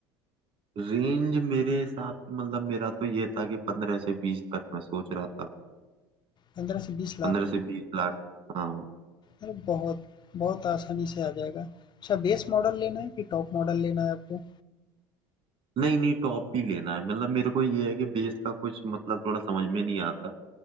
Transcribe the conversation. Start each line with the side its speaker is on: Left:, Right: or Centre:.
Right: रेंज मेरे हिसाब से मतलब मेरा तो ये था कि पंद्रह से बीस तक मैं सोच रहा था
Left: 15 से 20 लाख
Right: पंद्रह से बीस लाख हाँ
Left: अरे! बहुत बहुत आसानी से आ जाएगा। अच्छा बेस मॉडल लेना है कि टॉप मॉडल लेना है आपको?
Right: नहीं नहीं टॉप ही लेना है मतलब मेरे को ये है कि बेस का कुछ मतलब थोड़ा समझ में नहीं आता